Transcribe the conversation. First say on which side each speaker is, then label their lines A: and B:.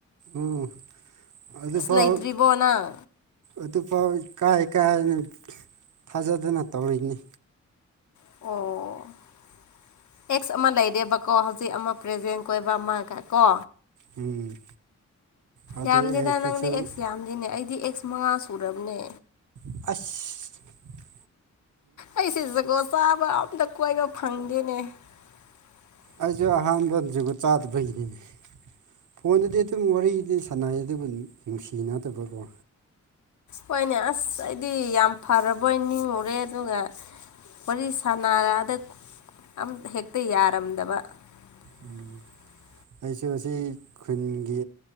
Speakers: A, on the right; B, on the left.
A: ꯎꯝ ꯑꯗꯨꯐꯥꯎ
B: ꯂꯩꯇ꯭ꯔꯤꯕꯣ ꯅꯪ
A: ꯑꯗꯨꯐꯥꯎ ꯏꯀꯥꯏ ꯢꯀꯥꯏꯅ ꯊꯥꯖꯗꯅ ꯇꯧꯔꯛꯢꯅꯤ
B: ꯑꯣ ꯑꯦꯛꯁ ꯑꯃ ꯂꯩꯔꯦꯕꯀꯣ ꯍꯧꯖꯤꯛ ꯑꯃ ꯄ꯭ꯔꯖꯦꯟ ꯀꯣꯏꯕ ꯑꯃꯒ ꯀꯣ
A: ꯎꯝ ꯑꯗꯨ
B: ꯌꯥꯝꯗꯦꯗ
A: ꯑꯦꯛꯇꯨꯁꯨ
B: ꯅꯪꯗꯤ ꯑꯦꯛꯁ ꯌꯥꯝꯗꯦꯅꯦ ꯑꯩꯗꯤ ꯑꯦꯛꯁ ꯃꯉꯥ ꯁꯨꯔꯕꯅꯦ
A: ꯑꯩꯁ
B: ꯑꯩꯁꯦ ꯖꯨꯒꯣꯠ ꯆꯥꯕ ꯑꯝꯇ ꯀꯣꯏꯕ ꯐꯪꯗꯦꯅꯦ <inaudible>
A: ꯑꯩꯁꯨ ꯑꯍꯥꯟꯕ ꯖꯨꯒꯣꯠ ꯆꯥꯗꯕꯩꯅꯤ ꯐꯣꯟꯗꯗꯤ ꯑꯗꯨꯝ ꯋꯥꯔꯤꯗꯤ ꯁꯥꯟꯅꯩ ꯑꯗꯨꯕꯨ ꯅꯨꯡꯁꯤꯅꯗꯕꯀꯣ
B: ꯍꯣꯏꯅꯦ ꯑꯁ ꯑꯩꯗꯤ ꯌꯥꯝ ꯐꯔꯕꯣꯢ ꯅꯤꯡꯉꯨꯔꯦ ꯑꯗꯨꯒ ꯋꯥꯔꯤ ꯁꯥꯅꯔꯑꯗꯠ ꯑꯝꯇ ꯍꯦꯛꯇ ꯌꯥꯔꯝꯗꯕ <inaudible>
A: ꯎꯝ ꯑꯩꯁꯨ ꯑꯁꯤ ꯈꯨꯟꯒꯤ